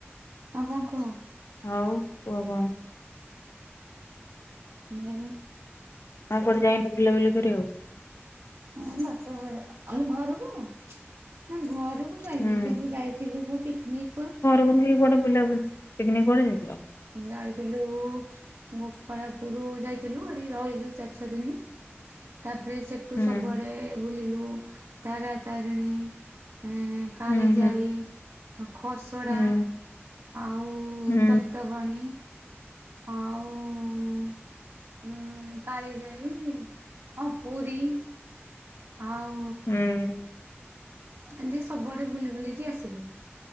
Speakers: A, on the right (about 80°); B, on the left (about 70°).
A: ଆଉ କଣ କୁହ?
B: ହଉ କୁହ କଣ?
A: ଧେ
B: ଆଉ କୁଆଡ଼େ ଯାଇନି ବୁଲା ବୁଲି କରିବାକୁ।
A: ହଁ ବାପ ଘର ଆମ ଘରକୁ ନା ଘରକୁ ଯାଇନି
B: ହୁଁ
A: କିନ୍ତୁ ଯାଇଥିଲୁ କ ପିକିନିକକ।
B: <unintelligible> ବୁଲା ବୁଲି ପିକନିକ୍ କୁଆଡେ ଯାଇଥିଲ?
A: ଯାଇଥିଲୁ ଗୋପାଳପୁର ଯାଇଥିଲୁ ସେଠି ରହିଲୁ ଚାରି ଛଅ ଦିନି। ତାପରେ ସେଠୁ
B: ହୁଁ
A: ସବୁଆଡ଼େ ବୁଲିଲୁ ତାରା ତାରିଣୀ। ଏଁ କାଳିଜାଇ
B: ହୁଁ ହୁଁ
A: ଖସଡ଼ା।
B: ହୁଁ
A: ଆଉ
B: ହୁଁ
A: ତପ୍ତପାଣୀ ଆଉ ଉଁୁ କାଳି ଯାଇ ହଁ ପୁରୀ। ଆଉ।
B: ହୁଁ ହୁଁ
A: ଏମିତି ସବୁଆଡ଼େ ବୁଲି ବୁଲିକି ଆସିଲୁ